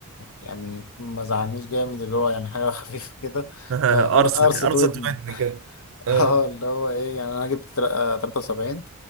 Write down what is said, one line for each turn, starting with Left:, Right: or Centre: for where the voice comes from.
Left: يعني ما زعلنيش جامد اللي هو يعني حاجة <laughs> خفيفة كده
Right: <laughs>
Left: آه،
Right: أرسنال
Left: أر- قرصة
Right: أرسنال
Left: ودن
Right: تبعتني
Left: <laughs>
Right: كده اه
Left: اه اللي هو ايه يعني انا جبت تل- آه، 73